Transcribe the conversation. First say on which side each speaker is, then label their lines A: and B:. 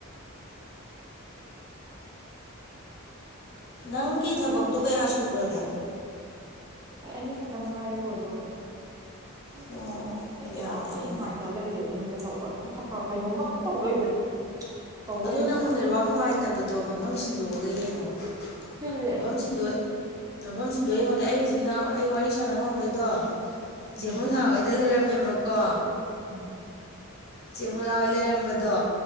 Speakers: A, on the left; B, on the right.
A: ꯅꯪꯒꯤ ꯊꯕꯛꯇꯣ ꯀꯌꯥ ꯁꯨꯒ꯭ꯔꯥꯒꯦ
B: ꯑꯩ ꯑꯅꯤ ꯈꯛꯇ ꯉꯥꯏꯔꯦ ꯂꯣꯏꯗꯧꯕ
A: ꯑꯣ...
B: ꯑꯩ ꯅꯦꯠꯋꯥꯛ
A: ꯌꯥꯝꯗ꯭ꯔꯦꯅꯦ
B: ꯌꯥꯝ ꯅꯨꯡꯉꯥꯏꯇ ꯂꯩꯔꯦꯕ ꯃꯤꯗ ꯇꯧꯕ ꯑꯗꯨꯝ ꯀꯩꯅꯣꯝꯃ ꯑꯗꯨꯝ ꯇꯧ ꯂꯩꯕꯗꯣ ꯇꯧ
A: ꯑꯗꯣ
B: ꯂꯩꯔꯦ
A: ꯅꯪ
B: ꯍꯥꯏꯕ
A: ꯅꯦꯠꯋꯥꯛ ꯅꯨꯡꯉꯥꯏꯇꯕꯗꯣ ꯃꯐꯝ ꯁꯤꯟꯗꯣꯛꯑꯒ ꯌꯦꯡꯉꯣ꯫
B: ꯐꯤꯜꯂꯛꯑꯦ
A: ꯃꯐꯝ ꯁꯤꯟꯗꯣꯛꯑ ꯃꯐꯝ ꯁꯤꯟꯗꯣꯛꯑ ꯌꯦꯡꯉꯣꯗꯤ ꯑꯩ ꯍꯧꯖꯤꯛꯅ ꯑꯩ ꯋꯥꯔꯤ ꯁꯥꯟꯅꯕ ꯍꯧꯔꯝꯕꯩꯗꯣ ꯆꯦ
B: ꯎꯝ
A: ꯃꯣꯅꯥ ꯍꫭꯏ ꯗ ꯂꯩꯔꯝꯃꯦꯕꯀꯣ꯫
B: ꯎꯝ
A: ꯆꯦꯃꯣꯅꯥ ꯍꯣꯏ ꯂꯩꯔꯝꯕꯗꯣ